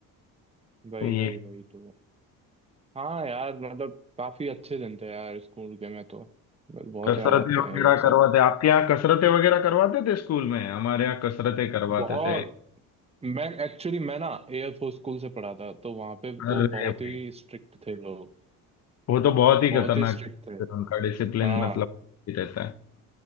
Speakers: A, on the right; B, on the left.
A: भाई
B: ये
A: भाई भाई तो हाँ यार मतलब काफी अच्छे दिन थे यार स्कूल के में तो बहुत
B: कसरतें
A: याद आते हैं
B: वगैरह
A: ये
B: करवाते
A: सब
B: आपके यहाँ कसरतें वगैरह करवाते थे स्कूल में हमारे यहाँ कसरतें करवाते
A: बहुत
B: थे
A: मैं एक्चुअली मैं ना एयरफोर्स स्कूल से पढ़ा था तो वहां पे तो
B: अरे
A: बहुत
B: भाई
A: ही स्ट्रिक्ट थे लोग
B: वो तो बहुत ही
A: बहुत
B: खतरनाक
A: ही स्ट्रिक्ट थे
B: है। उनका डिसिप्लिन
A: हाँ
B: मतलब ही रहता है